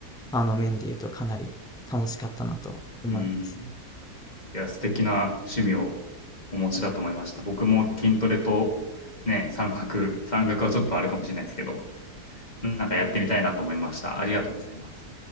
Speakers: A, in the centre; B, on the left.
A: あの面で言うとかなり楽しかったなと思います。
B: うん。いや、素敵な趣味をお持ちだと思いました。僕も筋トレとね、山岳、山岳はちょっとあれかもしれないですけど、なんかやってみたいなと思いました。ありがとうございます。